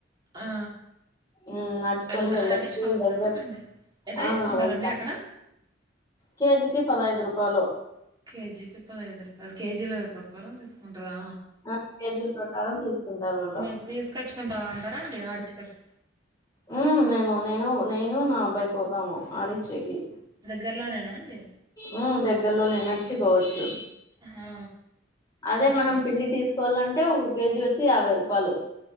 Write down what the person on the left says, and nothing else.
మ్మ్ నడుచుకొని
వెళ్ళొచ్చు
దగ్గర
ఆ
వెళ్తాను
కేజీకి పదైదు రూప్ ఫలో
ఆ కేజీల ప్రకారం తీసుకుంటారు వాళ్ళు
మ్మ్ మేము నేను నేను నా అబ్బాయి పోతాము ఆడిచ్చేకి
మ్మ్ దగ్గరలోనే నడిచి పోవచ్చు
అదే
మనం పిండి తీసుకోవాలంటే ఒ కేజీ వచ్చి యాభై రూపాయలు